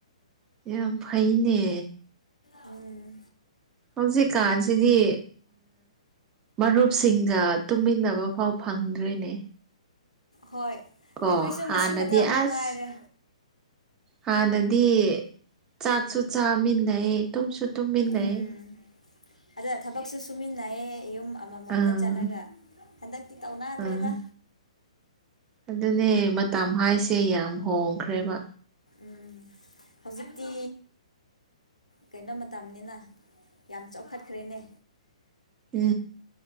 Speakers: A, on the right; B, on the left.
A: ꯌꯥꯝ ꯌꯥꯝ ꯐꯩꯅꯦ
B: ꯎꯝ
A: ꯍꯧꯖꯤ ꯀꯥꯟꯁꯤꯗꯤ ꯃꯔꯨꯞꯁꯤꯡꯒ ꯇꯨꯝꯃꯤꯟꯅꯕ ꯐꯥꯎ ꯐꯪꯗ꯭ꯔꯔꯤꯅꯦ
B: ꯍꯣꯏ
A: ꯀꯣ
B: ꯑꯩꯈꯣꯏꯁꯨ
A: ꯍꯥꯥ
B: ꯉꯁꯤ
A: ꯅꯗꯤ
B: ꯈꯛꯇ ꯑꯃꯨꯛ
A: ꯑꯁ
B: ꯉꯥꯏꯔꯦ
A: ꯍꯥꯟꯅꯗꯤ ꯆꯥꯛꯁꯨ ꯆꯥꯃꯤꯟꯅꯩ ꯇꯨꯝꯁꯨ ꯇꯨꯝꯃꯤꯟꯅꯩ
B: ꯎꯝ ꯑꯗ ꯊꯕꯛꯁꯨ ꯁꯨꯃꯤꯟꯅꯩꯌꯦ ꯌꯨꯝ ꯑꯃꯃꯝꯗ
A: ꯑꯥ
B: ꯆꯠꯂꯒ ꯍꯟꯗꯛ ꯇꯧꯅ ꯑꯗꯨ꯭ꯔꯦꯖ
A: ꯑꯥ ꯑꯗꯨꯅꯦ ꯃꯇꯝ ꯍꯥꯏꯁꯦ ꯌꯥꯝ ꯍꯣꯡꯈ꯭ꯔꯦꯕ
B: ꯎꯝ ꯍꯧꯖꯤꯛꯇꯤ ꯀꯩꯅꯣ ꯃꯇꯝꯅꯤꯅ ꯌꯥꯝ ꯆꯥꯎꯈꯠꯈ꯭ꯔꯦꯅꯦ
A: ꯑ